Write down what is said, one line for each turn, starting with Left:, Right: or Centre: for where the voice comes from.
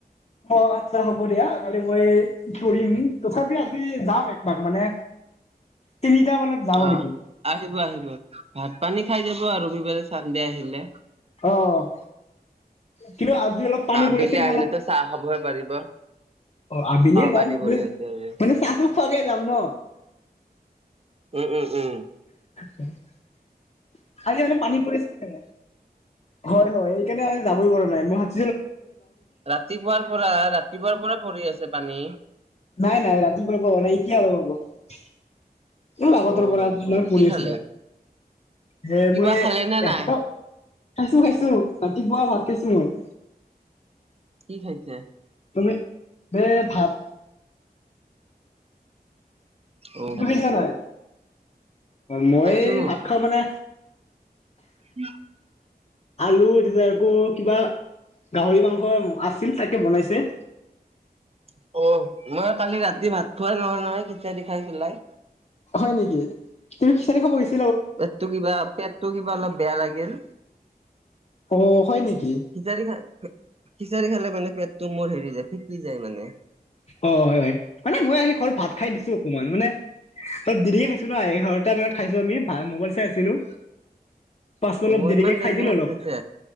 Left: অ' আচ্ছা হ'ব দিয়া কালি মই ধৰিম তথাপি আজি যাম এক পাক মানে তিনিটা মানত যাওঁ
Right: অ'
Left: নেকি
Right: আহিব আহিব, ভাত পানী খাই যাব আৰু ৰবিবাৰে চানদে আহিলে।
Left: অ', অ', অ' কিন্তু আজি আজি অলপ পানী
Right: আবেলি
Left: পৰি আছে কিনে
Right: আহিলেতো
Left: অলপ
Right: চাহ খাবহে পাৰিব
Left: অ' আবেলিয়ে যাম
Right: পানী ভৰি আছে আজি
Left: মানে চাহটো খোৱাকে যাম ন'।
Right: উম উম উম।
Left: <unintelligible> আজি মানে পানী পৰি আছে। হয় হয় সেইকাৰণে আমি যাবই পৰা নাই মই হাত
Right: ৰাতিপুৱাৰ পৰা ৰাতিপুৱাৰ পৰা পৰি আছে পানী?
Left: নাই নাই ৰাতিপুৱাৰ পৰা নাই, এতিয়া অলপ আগত। বহু আগতৰ
Right: অ
Left: পৰা
Right: হয় নেকি
Left: মই পঢ়ি
Right: কি খালে
Left: আছিলোঁ। হে
Right: কিবা
Left: মই
Right: খালে নে
Left: ৰাতিপুৱা,
Right: নাই
Left: খাইছোঁ খাইছোঁ ৰাতিপুৱা ভাত খাইছোঁ। উম।
Right: কি খাইছে?
Left: তুমি দে ভাত।
Right: অ
Left: তুমি
Right: খালে
Left: খাইছা নাই? মই
Right: খাইছো।
Left: ভাত খাওঁ মানে
Right: <unintelligible>
Left: আলু তাতে আকৌ কিবা গাহৰি মাংস আছিল তাকে বনাইছে।
Right: <unintelligible> ত' মই কালি ৰাতি ভাত খুৱাই নহ'ল নহয় খিচাৰি খাই পেলাই
Left: হয় নেকি, তুমি খিচাৰি খাব গৈছা?
Right: পেটটো কিবা পেটটো কিবা অলপ বেয়া লাগিল।
Left: অ' হয় নেকি?
Right: খিচাৰি খা খিচাৰি খালে মানে পেটটো মোৰ হেৰি হৈ যায়। ফিকি যায় মানে।
Left: অ' হয় হয় মানে মই আহি ঘৰত ভাত খাই দিছোঁ অকমান মানে অ' দিৰিকে খাইছো না, এঘাৰটা মানত খাইছোঁ আমি ভা মোবাইল চাই আছিলোঁ। পাছত
Right: অ
Left: অলপ দেৰিকে
Right: ইমান
Left: খাই দিলোঁ
Right: ভাত
Left: অলপ।
Right: খাইছে